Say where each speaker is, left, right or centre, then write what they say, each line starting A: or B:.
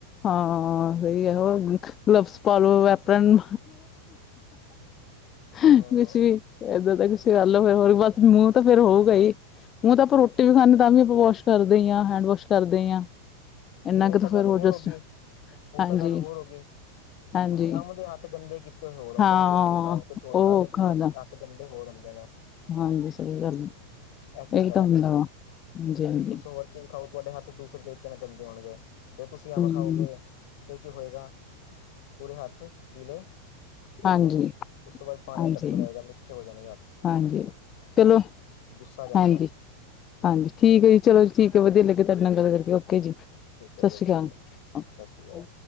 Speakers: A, on the left (about 25°); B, on the left (about 50°).
A: ਹਾਂ ਸਹੀ ਆ, ਹੋਰ ਗਲਵਸ ਪਾਲੋ ਵੈਪਨ। ਕੁੱਛ
B: ਹੂੰ
A: ਵੀ ਏਦਾ ਤਾਂ ਕੁਛ ਕਰ ਲੋ, ਫੇਰ ਬਸ ਮੂ ਤਾਂ ਫੇਰ ਹੋਊਗਾ ਈ, ਮੂੰਹ ਤਾਂ ਆਪਾਂ ਰੋਟੀ ਵੀ ਖਾਂਦੇ ਤਾਂ ਵੀ ਆਪਾਂ ਵਾਸ਼ ਕਰਦੇ ਈ ਆ, ਹੈਂਡ ਵਾਸ਼ ਕਰਦੇ ਹਾਂ। ਇੰਨਾ
B: ਨਹੀਂ ਉਹ
A: ਕੁ
B: ਤਾਂ
A: ਫਿਰ
B: ਗੱਲ ਹੋਰ
A: ਜਸਟ
B: ਹੋਗੀ, ਉਹ
A: ਹਾਂਜੀ
B: ਤਾਂ ਗੱਲ ਹੋਰ ਹੋਗੀ। ਤੇ
A: ਹਾਂਜੀ
B: ਤੁਸੀਂ ਅੰਮ ਦੇ ਹੱਥ ਗੰਦ ਕੀਤੇ ਹੋਏ ਹੋਰ ਹੁੰਦੇ
A: ਹਾਂ
B: ਨੇ, ਰੋਟੀ ਖਾਣ ਕੁਛ ਹੋਰ
A: ਉਹ
B: ਖਾ
A: ਔਖਾ
B: ਕੇ <unintelligible>
A: ਹੁੰਦਾ
B: ਤੇ ਗੰਦੇ ਹੋਰ ਹੁੰਦੇ ਨੇ।
A: ਹਾਂਜੀ ਸਹੀ ਗੱਲ ਆਂ,
B: ਇਹ ਚੱਕਰ
A: ਇਹੀ ਤਾਂ
B: ਹੈ
A: ਹੁੰਦਾ ਵਾ ਹਾਂਜੀ- ਹਾਂਜੀ।
B: ਕੁਛ ਹੋਰ ਚੀਜ਼ ਖਾਓ ਤੁਹਾਡੇ ਹੱਥ ਦੂਸਰੇ ਤਰੀਕੇ ਨਾਲ ਗੰਦੇ ਹੋਣਗੇ, ਜੇ ਤੁਸੀਂ ਅੰਬ
A: ਹਮ
B: ਖਾਓਗੇ ਫੇਰ ਕੀ ਹੋਏਗਾ। ਪੂਰੇ ਹੱਥ ਪੀਲੇ, ਠੀਕ
A: ਹਾਂਜੀ
B: ਏ ਉਸ ਤੋਂ ਬਾਅਦ ਪਾਨੀ
A: ਹਾਂਜੀ
B: ਟਪਕਦਾ ਰਏਗਾ ਮਿੱਠੇ ਹੋ ਜਾਣੇਂ
A: ਹਾਂਜੀ, ਚਲੋ
B: ਗੁੱਸਾ ਜਾਂਦਾ
A: ਹਾਂਜੀ, ਹਾਂਜੀ ਠੀਕ
B: ਹਾਂਜੀ
A: ਐ ਜੀ ਚਲੋ। ਠੀਕ ਏ ਵਧੀਆ ਲੱਗਿਆ ਤੁਆਡੇ ਨਾਲ ਗੱਲ ਕਰਕੇ, ਓਕੇ ਜੀ
B: ਠੀਕ ਹੈ
A: ਸਾਸਰੀ
B: ਜੀ ਓਕੇ
A: ਕਾਲ।
B: ਜੀ ਸਤਿ ਸ਼੍ਰੀ ਅਕਾਲ